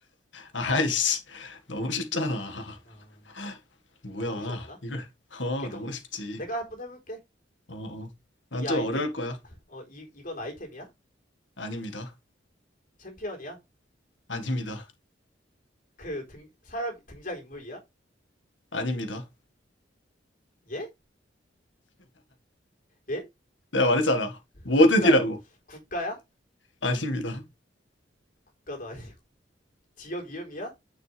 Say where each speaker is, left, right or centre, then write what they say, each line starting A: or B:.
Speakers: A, on the left; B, on the left.
A: 아이씨, 너무 쉽잖아.
B: 어.
A: <laughs> 뭐야,
B: 아, 너무 쉬웠나?
A: 이걸. 어,
B: 오케이, 그럼
A: 너무 쉽지.
B: 내가 한번 해볼게.
A: 어, 어. 난
B: 이 아이템
A: 좀 어려울 거야.
B: 어, 이 이건 아이템이야?
A: 아닙니다.
B: 챔피언이야?
A: 아닙니다.
B: 그 등 사람 등장 인물이야?
A: 아닙니다.
B: 예? 예?
A: 내가 말했잖아. 뭐든이라고.
B: 국가야? 국가야?
A: 아닙니다.
B: 국가도 아니. <laughs> 지역 이름이야?